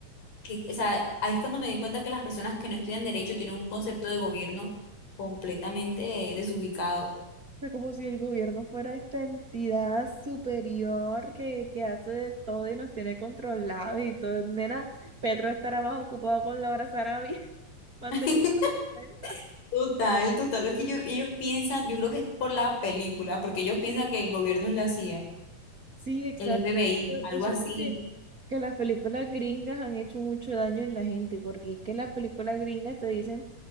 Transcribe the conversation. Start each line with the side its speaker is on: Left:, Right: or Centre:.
Left: que, o sea, ahí es cuando me di cuenta que las personas que no estudian derecho tienen un concepto de gobierno completamente desubicado.
Right: sea, como si el gobierno fuera esta entidad superior que, que hace de todo y nos tiene controlados y todo. Nena, Petro estará más ocupado con Laura Sarabia <laughs> manteniendo
Left: <laughs>
Right: la cuenta.
Left: Total, total, es que ellos, ellos piensan, yo creo que es por la película, porque ellos piensan que el gobierno es la CIA,
Right: Sí, exacto.
Left: el FBI,
Right: Es que Yo
Left: algo
Right: yo siento
Left: así.
Right: que, que las películas gringas han hecho mucho daño en la gente, porque es que las películas gringas te dicen